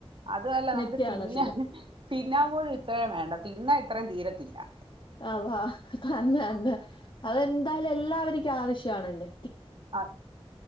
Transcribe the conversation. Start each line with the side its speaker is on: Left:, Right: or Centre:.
Right: അതും അല്ല നമ്മക്ക്
Left: നെറ്റ് കാണത്തില്ല
Right: തിന്ന തിന്നാൻ പോലും ഇത്രേം വേണ്ട തിന്നാ ഇത്രയും തീരത്തില്ലാ
Left: ആഹ് വാ തന്നെ അന്നെ അതെന്തായാലും എല്ലാവ ര്ക്കാവശ്യവാണല്ലെ
Right: ആഹ്